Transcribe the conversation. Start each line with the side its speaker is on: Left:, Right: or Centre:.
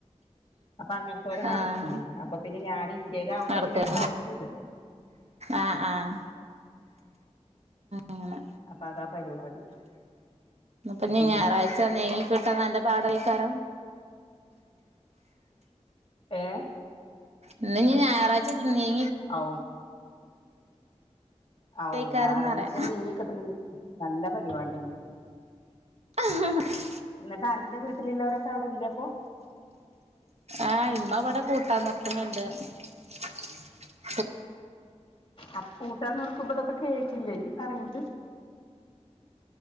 Left: അപ്പ അങ്ങൻത്തോര നടക്കൂടി
Right: ആഹ്
Left: അപ്പൊ പിന്നെ ഞാന് ഇന്റെലാവുമ്പോ
Right: നടക്കൂല
Left: പിന്നെ ഒരു കൊഴപ്പൊല്ലല്ലോ
Right: ആഹ് ആഹ് അങ്ങനെ
Left: അപ്പ അതാ പരിപാടി
Right: ഇപ്പ ഇനി
Left: ഉം.
Right: ഞായറാഴ്ച നീങ്ങി കിട്ടാ നല്ല പാടായിക്കാരം
Left: ഏഹ്
Right: ഇന്നിനി ഞായറാഴ്ച നീങ്ങി
Left: ഔ ഔ
Right: ക്കാരംന്നറിയാ
Left: ഞായറാഴ്ച നീങ്ങി കിട്ടണത് നല്ല പരിപാടിയാണ്
Right: <unintelligible>
Left: എന്നിട്ടന്റെ വീട്ടിലിള്ളവരൊക്ക അവിടില്ലപ്പൊ
Right: ആഹ് ഇമ്മ ഇവിടെ കൂട്ടാൻ നിർത്തുന്നുണ്ട് <inaudible>
Left: അ കൂട്ടാൻ നിർക്കുംമ്പതൊക്കെ കേട്ടില്ലേ ഇയ്യ് പറയണത്